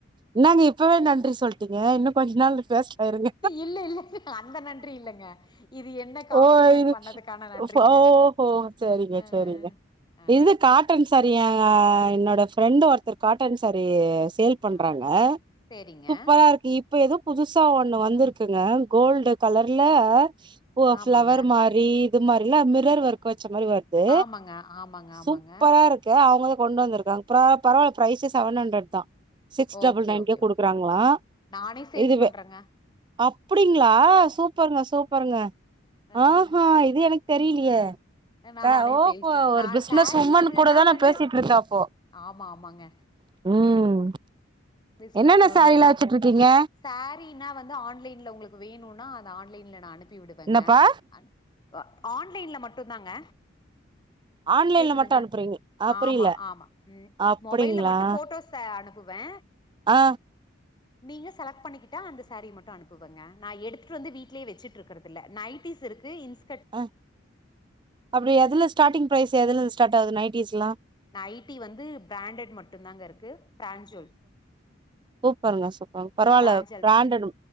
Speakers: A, on the right; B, on the left.
A: இன்னாங்க இப் நன்றி சொல்ட்டீங்க இன்னு கொஞ்ச நாளு பேஸ்லா இருங்க
B: இல்ல இல்ல அந்த நன்றி இல்லங்க இது என்ன காம்ப்ளிமெண்ட்
A: ஓ இது
B: பண்ணதுக்கான நன்றிங்க
A: ஃப் ஓஹோ சேரிங்க
B: அ
A: சேரிங்க
B: அ
A: இது காட்டன் சா ரி எ என்னோட ஃப்ரெண்டு ஒருத்தர் காட்டன் சாரி சேல் பண்றாங்க
B: அ சேரிங்க
A: சூப்பரா இருக்கு இப்ப எதோ புதுசா ஒன்னு வந்திருக்குங்க கோல்டு கலர்ல ஓ
B: ஆமாங்க
A: ஃப்ளவர் மாரி இது மாரில்லா மிரர் வொர்க் வெ ச்ச மாரி வர்து
B: ஆமாங்க ஆமாங்க ஆமாங்க
A: சூப்பரா இருக்கு அவங்க கொண்ட் வந்திருக்காங்க ப்ரவா பரவால்ல பிரைஸு செவன் அண்ட்ரட் தா சிக்ஸ்
B: ஓகே
A: டபுள் நைன்லியு
B: ஓகே
A: குடுக்கறாங்களா
B: ஓகே ஆ. நானே சேல்ஸ்
A: இதுவே
B: பண்றேங்க
A: அ ப்டிங்ளா சூப்பர்ங்க சூப்பர்ங்க
B: அ
A: ஆஹு இது எனக் தெரீலியே
B: நானே
A: அ ஓஹோ
B: சேல்ஸ் பண்
A: ஒரு
B: நா
A: பிஸ்னஸ்
B: சாரீஸ்னா
A: உமன் கூடதா நா
B: வந்து
A: பேசிட்ருக்கே அப்போ
B: ஆமா ஆமாங்க
A: ம்
B: பிஸ்னஸ்
A: என்னென்ன
B: வுமன்
A: சாரீலா
B: தா
A: வச்சுட்டு இருக்கீங்க
B: சாரீன்னா வந்து ஆன்லைன்ல உங்களுக்கு வேணுனா அத ஆன்லைன்ல நா அனுப்பி விடுவங்க
A: என்னப்பா
B: அன் அ ஆன்லைன்ல மட்டுந்தாங்க
A: ஆன்லைன்ல
B: கேக்குதுங்ளா
A: மட்டு அனுப்புறீங்க ஆ புரியல
B: ஆமா ஆமா ம்
A: அப்டிங்களா
B: மொபைல்ல மட்டு ஃபோட்டோஸ்ச அனுப்புவே
A: ஆ
B: நீங்க செலக்ட் பண்ணிக்கிட்டா அந்த சாரி மட்டு அனுப்புவங்க நா எடுத்துட்டு வந்து வீட்லே வெச்சிட்ருக்கறதில்ல நைட் டீஸ் இருக்கு இன்ஸ்
A: ஆ அப்டியா எதுல ஸ்டாட்டிங் ப்ரைஸு எதுலந் ஸ்டாட்டாகுது நைட்டீஸ்ல்லா
B: நைட்டி வந்து பிராண்டட் மட்டுந்தாங்க இருக்கு ப்ரான்ஞ்சோல்
A: சூப்பர்ங்க சூப்பர்ங் பரவால்ல
B: பிராஞ்சல்
A: பிராண்டடு